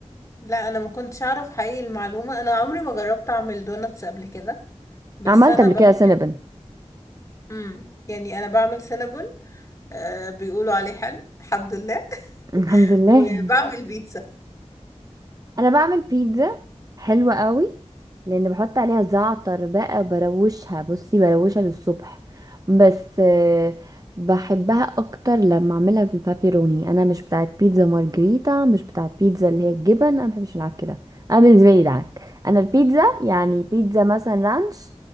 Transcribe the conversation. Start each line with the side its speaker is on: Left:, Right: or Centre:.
Left: لا انا ما كنتش اعرف حقيقي المعلومة انا عمري ما جربت اعمل دونتس قبل كده بس
Right: عملت
Left: انا
Right: قبل
Left: بعمل
Right: كده سينابن
Left: امم يعني انا بعمل سينابون آه بيقولوا عليه حلو الحمد لله
Right: <laughs> الحمد
Left: <laughs>
Right: لله
Left: وبعمل بيتزا
Right: انا بعمل بيتزا حلوة قوي لان بحط عليها زعتر بقى بروشها بصي بروشها للصبح بس آه، بحبها اكتر لما اعملها بالبابيروني انا مش بتاعت بيتزا مارجريتا مش بتاعت بيتزا اللي هي الجبن انا مبحبش العك ده انا بالنسبه لي دعك انا البيتزا يعني بيتزا مثلا رانش